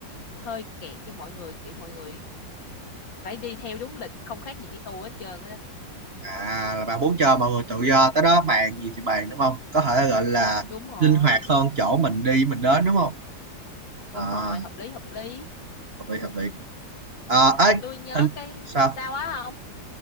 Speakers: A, on the left; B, on the right.
A: hơi kẹt cho mọi người kiểu mọi người phải đi theo đúng lịch không khác gì đi tour hết trơn á đó
B: À là bạn muốn cho mọi người tự do tới đó bàn gì thì bàn đúng không? Có thể gọi là
A: đúng rồi
B: linh hoạt hơn chỗ mình đi mình đến đúng không? À
A: đúng rồi hợp lý hợp lý
B: hợp lý hợp lý. À, ấy
A: tôi nhớ
B: hình
A: cái
B: sao?
A: sao á không